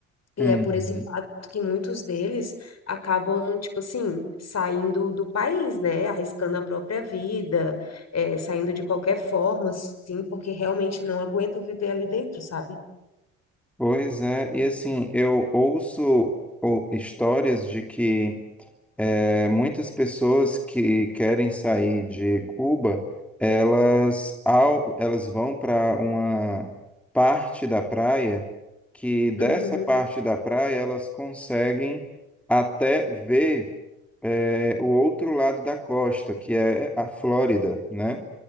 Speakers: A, on the left; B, in the centre.
A: E
B: Uhum.
A: é por esse fato que muitos deles acabam, tipo assim, saindo do país, né? Arriscando a própria vida, é, saindo de qualquer forma, assim, porque realmente não aguentam viver ali dentro, sabe?
B: Pois é, e assim, eu ouço ou- histórias de que é, muitas pessoas que querem sair de Cuba, elas, ao, elas vão para uma parte da praia, que dessa
A: Uhum,
B: parte da praia elas conseguem até ver. é o outro lado da costa, que é a Flórida, né?